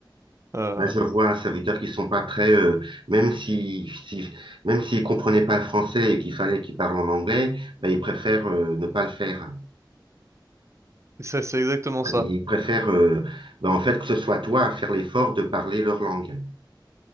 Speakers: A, on the right (about 35°); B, on the right (about 85°).
A: Euh,
B: Ouais, je vois, ça veut dire qu'ils sont pas très, euh, même si, si- même s'ils comprenaient pas le français et qu'il fallait qu'ils parlent en anglais, bah, ils préfèrent euh, ne pas le faire.
A: et ça, c'est exactement ça.
B: Ils préfèrent, euh, bah, en fait, que ce soit toi à faire l'effort de parler leur langue.